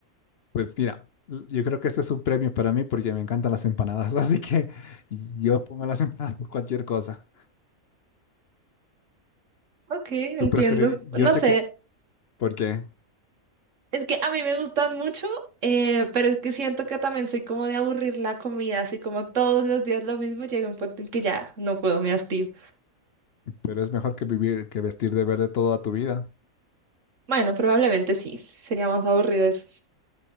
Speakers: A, on the left; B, on the right.
A: Pues mira, yo creo que este es un premio para mí porque me encantan las empanadas, <laughs> así que yo pongo las empanadas por cualquier cosa.
B: Ok, entiendo.
A: Tú preferirías, yo
B: No
A: sé
B: sé.
A: que por qué,
B: Es que a mí me gustan mucho, eh, pero es que siento que también soy como de aburrir la comida, así como todos los días lo mismo, llega un punto en que ya no puedo, me hastío.
A: pero es mejor que vivir, que vestir de verde toda tu vida.
B: Bueno, probablemente sí, sería más aburrido eso.